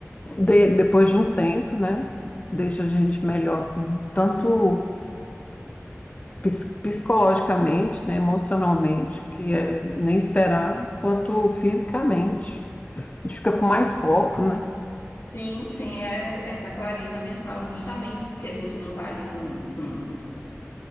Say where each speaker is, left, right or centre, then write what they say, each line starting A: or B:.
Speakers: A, on the left (about 30°); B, on the left (about 60°).
A: de- depois de um tempo, né, deixa a gente melhor, assim, tanto pis- psicologicamente, né, emocionalmente, que é nem esperar, quanto fisicamente. A gente fica com mais foco, né?
B: Sim, sim, é essa clareza mental, justamente porque a gente não está ali com, com